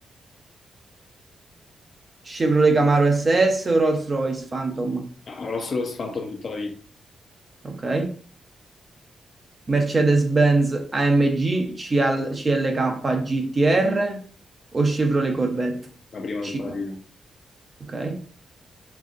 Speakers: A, on the right (about 25°); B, on the left (about 40°).
A: Chevrolet Camaro SS o Rolls-Royce Phantom?
B: No, avrò solo il Phantom tutta la vita,
A: Ok. Mercedes-Benz AMG CL- CLK GTR o Chevrolet Corvette?
B: la prima
A: C
B: tutta
A: K?
B: la vita.
A: Ok.